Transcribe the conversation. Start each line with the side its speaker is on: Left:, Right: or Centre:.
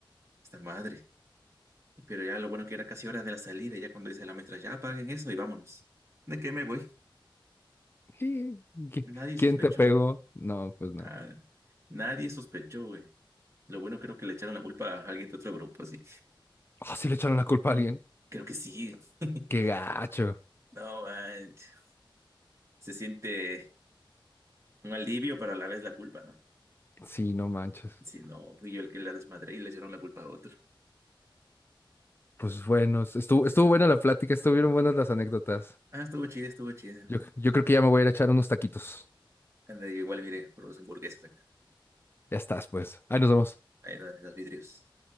Right: esta madre. Pero ya lo bueno que era casi hora de la salida, ya cuando dice la maestra, ya apaguen eso y vámonos. ¿De qué me voy?
Left: Sí. ¿Qui-
Right: Nadie
Left: ¿Quién
Right: sospechó.
Left: te pegó? No, pues no.
Right: Ah, nadie sospechó, güey. Lo bueno creo que le echaron la culpa a alguien de otro grupo, así.
Left: Ah, sí le echaron la culpa a alguien.
Right: Creo que sí. <laughs>
Left: Qué gacho.
Right: No, manches. Se siente un alivio, pero a la vez la culpa, ¿no?
Left: Sí, no manches.
Right: Si no, fui yo el que la desmadré y le echaron la culpa a otro.
Left: Pues bueno, es- estuvo, estuvo buena la plática, estuvieron buenas las anécdotas.
Right: Ah, estuvo chida, estuvo chida.
Left: Yo, yo creo que ya me voy a ir a echar unos taquitos.
Right: Anda, yo igual miré por los hamburguesas acá.
Left: Ya estás, pues. Ahí nos vemos.
Right: Ahí en los vidrios.